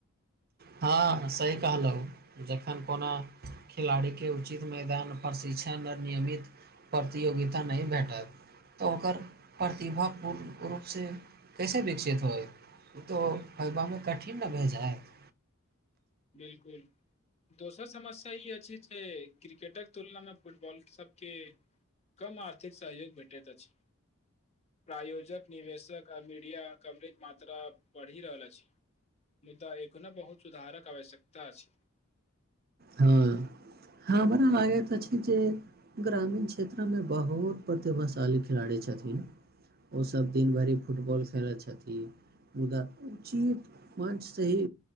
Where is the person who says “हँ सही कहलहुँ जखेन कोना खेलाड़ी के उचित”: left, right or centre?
Right